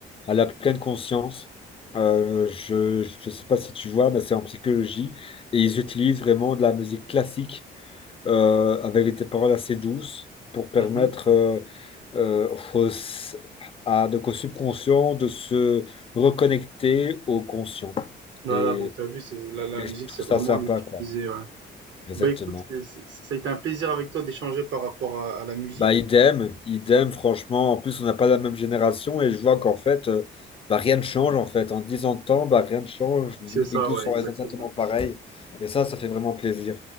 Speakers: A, on the left; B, on the right.
A: à la pleine conscience. Euh, je ne sais pas si tu vois, mais c'est en psychologie. Et ils utilisent vraiment de la musique classique euh, avec des paroles assez douces pour permettre
B: mhm.
A: euh, euh, aux- à donc au subconscient de se reconnecter au conscient.
B: Voilà,
A: Et,
B: donc t'as vu, c'est, la, la
A: et
B: musique,
A: je trouve
B: c'est vraiment
A: ça sympa,
B: utilisé,
A: quoi.
B: ouais.
A: Exactement.
B: Bah écoute, c'est- c'est- ça a été un plaisir avec toi d'échanger par rapport à, à la musique.
A: Bah, idem, idem, franchement. En plus, on n'a pas la même génération et je vois qu'en fait, euh, bah, rien ne change, en fait. En 10 ans de temps, bah, rien ne change. Les
B: C'est ça,
A: goûts
B: ouais,
A: sont
B: exactement.
A: exactement pareils. Et ça, ça fait vraiment plaisir.